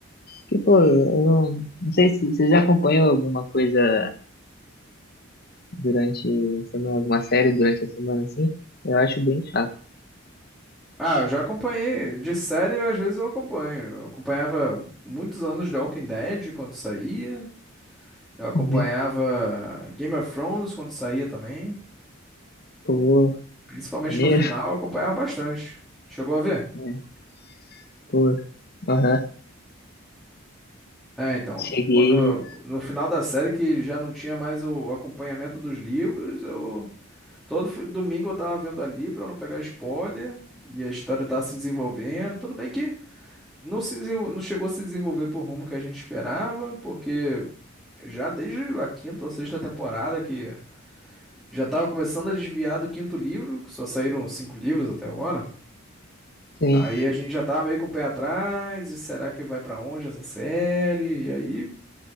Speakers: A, on the left (about 50°); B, in the centre.
A: Porque, pô, eu não, não sei se você já acompanhou alguma coisa durante a semana, alguma série durante a semana, assim, eu acho bem chato.
B: Ah, eu já acompanhei. De série, às vezes eu acompanho. Eu acompanhava muitos anos de Walking Dead quando saía. Eu acompanhava
A: Uhum.
B: Game of Thrones quando saía também.
A: Pô,
B: Principalmente
A: maneiro,
B: no final, eu acompanhava bastante. Chegou a ver?
A: né? Pô, aham,
B: É, então.
A: cheguei,
B: Quando, no final da série, que já não tinha mais o acompanhamento dos livros, eu. Todo fi- domingo eu tava vendo ali pra não pegar spoiler. E a história tá se desenvolvendo. Tudo bem que não, se desenvol- não chegou a se desenvolver pro rumo que a gente esperava, porque já desde a quinta ou sexta temporada que já tava começando a desviar do quinto livro, que só saíram cinco livros até agora.
A: sim,
B: Aí a gente já tava meio com o pé atrás, e será que vai pra onde essa série? E aí